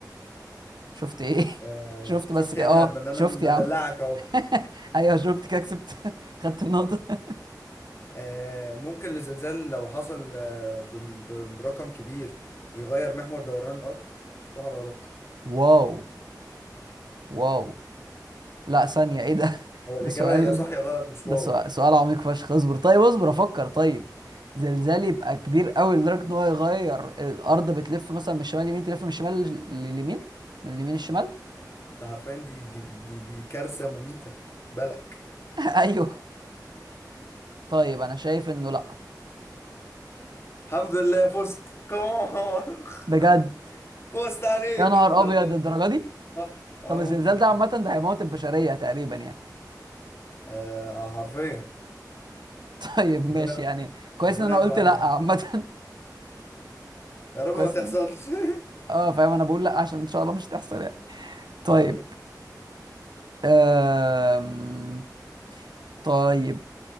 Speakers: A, on the right (about 80°); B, on the left (about 35°).
A: شفت ايه
B: آه
A: <laughs> شفت
B: شفت
A: بس كده
B: يعني
A: اه
B: انا إن انا
A: شفت
B: مدلعك
A: يا عم
B: اهو
A: <laughs> ايوه شفت كده كسبت <laughs> خدت النقطة
B: آه ممكن الزلزال لو حصل آه ب- ب- برقم كبير يغير محور دوران الارض صح ولا غلط
A: واو واو لا ثانية ايه ده <laughs>
B: هو الاجابه
A: ده سؤال
B: يا صح يا غلط مش
A: ده
B: واو
A: سؤال سؤال عميق فشخ اصبر طيب اصبر افكر طيب زلزال يبقى كبير قوي لدرجة ان هو يغير الارض بتلف مثلا من الشمال اليمين تلف من الشمال لل- لليمين من اليمين الشمال <laughs>
B: ده عارفين دي دي دي, دي كارثه مميته بالك
A: ايوه طيب انا شايف انه لا
B: الحمد لله فزت كمان
A: بجد
B: <laughs> فزت عليك
A: يا نهار
B: لا
A: ابيض
B: غلط
A: الدرجة دي
B: صح اه
A: طب الزلزال
B: ممكن
A: ده عامة ده هيموت البشرية تقريبا يعني
B: آه حرفيا
A: <laughs> طيب ماشي
B: ربنا
A: يعني كويس
B: ربنا
A: ان انا
B: يعفو
A: قلت
B: عنا
A: لا
B: يا عم
A: عامة <laughs>
B: يا رب
A: كويس
B: ما تحصلش
A: إن-
B: <laughs>
A: اه فاهم انا بقول لا عشان ان شاء الله مش هتحصل يعني طيب
B: يا رب
A: أم... طيب